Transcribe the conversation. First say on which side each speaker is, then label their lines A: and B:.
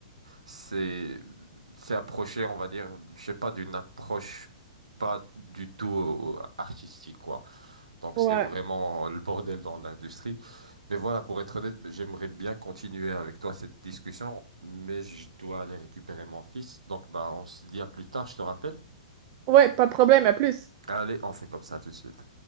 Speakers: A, on the right; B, on the right.
A: c'est c'est approché, on va dire, je sais pas, d'une approche pas du tout euh, artistique quoi. Donc
B: Ouais.
A: c'est vraiment le bordel dans l'industrie. Mais voilà, pour être honnête, j'aimerais bien continuer avec toi cette discussion, mais je dois aller récupérer mon fils. Donc bah on se dit à plus tard, je te rappelle.
B: Ouais, pas de problème, à plus.
A: Allez, on fait comme ça tout de suite.